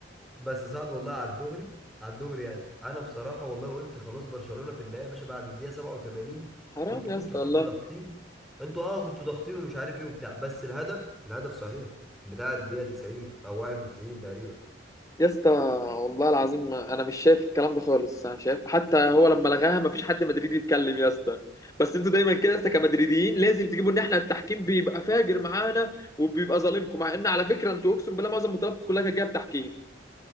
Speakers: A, in the centre; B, on the left.
A: بس صعب والله على الدغري على الدغري يعني انا بصراحه والله قلت خلاص برشلونه في النهايه يا باشا بعد الدقيقه 87
B: حرام
A: انتوا
B: يا
A: كنتوا
B: اسطى
A: صعب
B: الله
A: ضاغطين انتوا اه كنتوا ضاغطين ومش عارف ايه وبتاع بس الهدف الهدف صحيح بتاع الدقيقه 90 او 91 تقريبا
B: يا اسطى والله العظيم ما- انا مش شايف الكلام ده خالص انا شايف حتى هو لما لغاها ما فيش حد مدريدي يتكلم يا اسطى بس انتوا دايما كده يا اسطى كمدريديين لازم تجيبوا ان احنا التحكيم بيبقى فاجر معانا وبيبقى ظالمكم مع ان على فكره انتوا اقسم بالله معظم بطولاتكم كلها كانت جايه بتحكيم